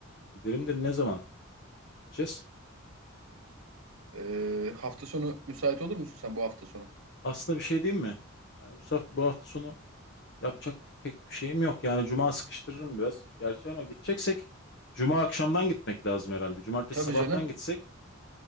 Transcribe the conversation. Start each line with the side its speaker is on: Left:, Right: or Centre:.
Left: Gidelim de ne zaman gideceğiz?
Right: Ee, hafta sonu müsait olur musun sen bu hafta sonu?
Left: Aslında bir şey diyeyim mi? Yani bu, saf- bu hafta sonu yapacak pek bir şeyim yok. Yani cuma sıkıştırırım biraz. Gerçi ama gideceksek cuma akşamdan gitmek lazım herhalde. Cumartesi
Right: Tabii
Left: sabahtan
Right: canım.
Left: gitsek